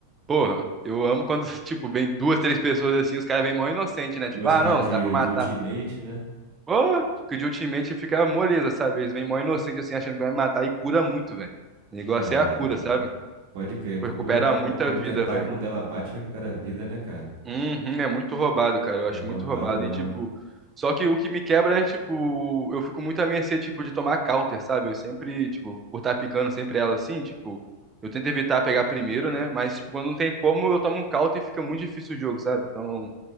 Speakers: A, on the right; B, on the right.
A: porra, eu amo quando, <laughs> tipo, vem duas, três pessoas, assim, os caras vêm mó inocente, né? Tipo,
B: E você
A: ah,
B: tá
A: não,
B: de,
A: dá pra matar.
B: de ultimate, né?
A: Pô, que de ultimate fica moleza, sabe? Eles vêm mó inocente, assim, achando que vai matar e cura muito, velho. O negócio
B: Caraca.
A: é a cura, sabe?
B: Pode crer,
A: Pô,
B: procura,
A: recupera
B: né? Quan-
A: muita
B: Quando
A: vida,
B: o tentáculo
A: velho.
B: dela bate, recupera a vida, né, cara?
A: Uhum, é muito roubado, cara. Eu
B: Pô,
A: acho
B: é roubado
A: muito roubado.
B: mesmo.
A: E, tipo, só que o que me quebra é, tipo, eu fico muito à mercê, tipo, de tomar counter, sabe? Eu sempre, tipo, por estar picando sempre ela assim, tipo, eu tento evitar pegar primeiro, né? Mas, tipo, quando não tem como, eu tomo um counter e fica muito difícil o jogo, sabe? Então,